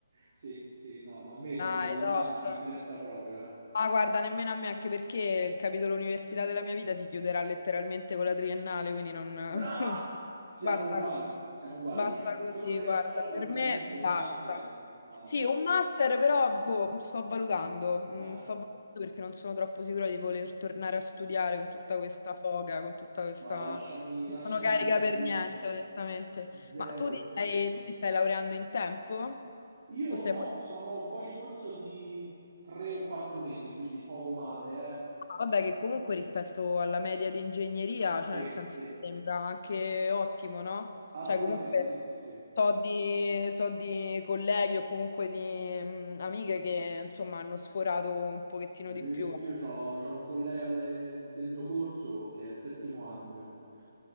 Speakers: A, on the right; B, on the left.
A: Sì, sì, no, ma a me ti
B: Dai,
A: dico la verità,
B: top.
A: non mi interessa proprio, eh.
B: Ma guarda, nemmeno a me, anche perché il capitolo università della mia vita si chiuderà letteralmente con la triennale, quindi non...
A: Brava!
B: <laughs>
A: Siamo
B: Basta
A: uguali,
B: così,
A: siamo uguali.
B: basta
A: Io l'unica
B: così,
A: cosa
B: guarda,
A: che farò probabilmente
B: per me
A: è un
B: basta.
A: master, ma
B: Sì,
A: basta.
B: un master però, boh, sto valutando, Mm,
A: Ah, ah.
B: sto valutando perché non sono troppo sicura di voler tornare a studiare con tutta
A: No,
B: questa foga, con tutta questa...
A: no, lasciami,
B: Non
A: lasciami
B: sono carica
A: perdere.
B: per
A: Io
B: niente, onestamente.
A: zero,
B: Ma tu ti
A: zero.
B: stai, tu ti stai laureando in tempo?
A: Io
B: O sei
A: no,
B: fuori?
A: sono fuori corso di tre o quattro mesi, quindi poco male, eh.
B: Vabbè, che comunque rispetto alla media di ingegneria, cioè
A: Sì,
B: nel senso
A: sì,
B: mi sembra anche ottimo, no?
A: assolutamente,
B: Cioè comunque
A: sì, sì, sì.
B: so di, so di colleghi o comunque di mm, amiche che insomma hanno sforato un pochettino
A: Eh,
B: di più. ecco.
A: Io c'ho, c'ho un collega de- del mio corso che è il settimo anno che fa. <laughs>